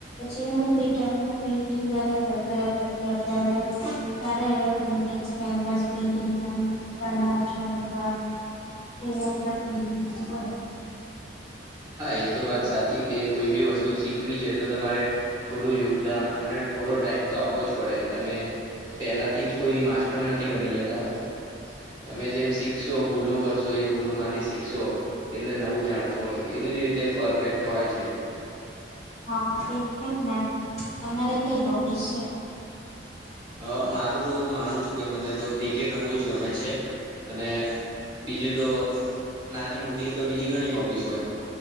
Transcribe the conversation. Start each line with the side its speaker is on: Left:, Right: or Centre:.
Left: પછી હું ફ્રી ટાઈમમા પેઇન્ટિંગ કર્યા કરે, કર્યા કરે બધું જાતે ને, સારા એવા પેઇન્ટિંગ, કેન્વાસ પેઇન્ટિંગ પણ બનાવુ છુ હું પણ, એવા બધા પેઇન્ટિંગ છે.
Right: હા, એ તો વાત સાચી કે કોઈ બી વસ્તુ શીખવી છે તો તમારે થોડું યોગદાન અને થોડો ટાઈમ તો આપવો જ પડે તમે પેલાથી જ કોઈ માસ્ ટરે નથી બની ગઈ તા તમે જેમ શીક્શો, ભૂલો કરોશો એ ભૂલો માંથી શીખશો એટલે નવું જાણશો એવીજ રીતે પરફેક્ટ થવાય છે.
Left: હા, એટલે જ, ને તમારે કઈ હોબી સે?
Right: <unintelligible> મારું તો માનું છું કે મને તો ક્રિકેટ રમવું જ ગમે છે અને બીજું તો નાની મોટી તો બીજી ઘણી હોબીસ હોય.